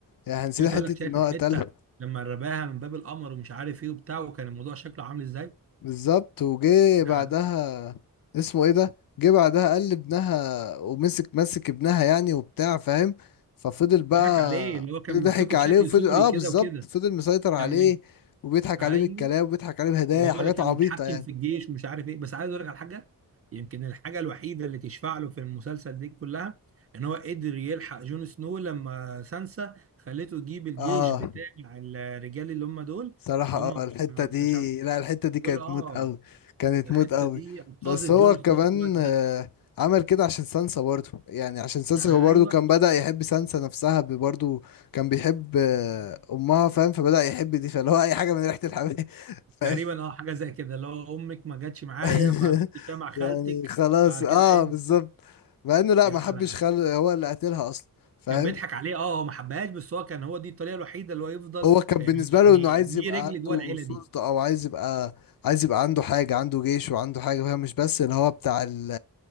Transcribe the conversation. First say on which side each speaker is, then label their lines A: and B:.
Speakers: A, on the left; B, on the right.
A: يعني هنسينا
B: لسه
A: حته
B: اقول لك شايف
A: ان هو
B: الحته
A: قتلها
B: لما رماها من باب القمر ومش عارف ايه وبتاع وكان الموضوع شكله عامل ازاي
A: بالظبط وجه
B: ده
A: بعدها اسمه ايه ده جه بعدها قال ابنها ومسك مسك ابنها يعني وبتاع فاهم ففضل بقى
B: ضحك عليه اللي هو كان
A: ضحك
B: ممسكه
A: عليه
B: بشكل
A: وفضل
B: سوري
A: اه
B: كده
A: بالظبط
B: وكده
A: فضل مسيطر عليه
B: كان ايه
A: وبيضحك
B: ايوه
A: عليه بالكلام وبيضحك عليه بهدايا
B: وهو
A: حاجات
B: اللي كان
A: عبيطة
B: متحكم
A: يعني
B: في الجيش ومش عارف ايه بس عايز اقول لك على حاجه يمكن الحاجه الوحيده اللي تشفع له في المسلسل دي كلها ان هو قدر يلحق جون سنو لما سانسا خلته يجيب الجيش
A: اه
B: بتاع الرجال اللي هم دول
A: صراحة
B: اللي هم
A: اه الحتة
B: كانوا-
A: دي
B: مش عارف
A: لا الحتة دي
B: دول
A: كانت
B: اه
A: موت قوي كانت
B: الحته
A: موت قوي
B: دي انقذت
A: بس هو
B: جون
A: كمان
B: سنو في الوقت
A: آه،
B: ده
A: عمل كده عشان سانسا برضه يعني عشان سانسا
B: ايوه
A: هو برضه كان بدأ يحب سانسا نفسها ب- برضه كان بيحب آه، أمها فاهم فبدأ يحب دي فاللي هو أي حاجة من ريحة الحمام <laughs> فاهم
B: تقريبا اه حاجه زي كده لو امك ما جاتش معايا
A: <laughs>
B: فكنت مع خالتك
A: يعني خلاص
B: بعد
A: اه
B: كده انت
A: بالظبط مع انه لا
B: لا
A: ما حبش
B: لا.
A: خل هو اللي قتلها اصلا فاهم
B: كان بيضحك عليه اه هو ما حبهاش بس هو كان هو دي الطريقه الوحيده اللي هو يفضل
A: هو كان
B: يعني
A: بالنسبة له انه عايز
B: يعني ليه
A: يبقى
B: رجل
A: عنده
B: جوه العيله
A: سلطة
B: دي
A: او عايز يبقى عايز يبقى عنده حاجة عنده جيش وعنده حاجة فاهم مش بس اللي هو بتاع ال